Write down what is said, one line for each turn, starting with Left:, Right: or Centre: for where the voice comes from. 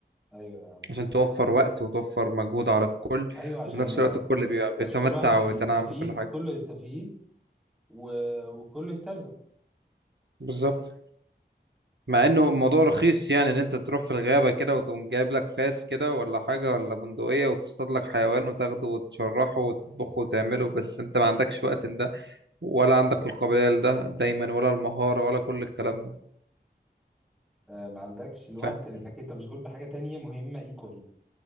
Centre: ايوه
Right: عشان توفر وقت وتوفر مجهود على الكل
Centre: ايوه عشان
Right: وفي نفس الوقت الكل بيبقى بيتمتع
Centre: عشان كل واحد
Right: ويتنعم
Centre: يستفيد
Right: بكل حاجة
Centre: كله يستفيد و... وكله يسترزق
Right: بالظبط مع انه الموضوع رخيص يعني ان انت تروح في الغابة كده وتقوم جايب لك فاس كده ولا حاجة ولا بندقية وتصطاد لك حيوان وتاخده وتشرحه وتطبخه وتعمله بس انت ما عندكش وقت لده ولا عندك القابلية لده دايما ولا المهارة ولا كل الكلام ده
Centre: آه ما عندكش الوقت
Right: فاهم
Centre: لانك انت مشغول بحاجه تانية مهمه ايكوالي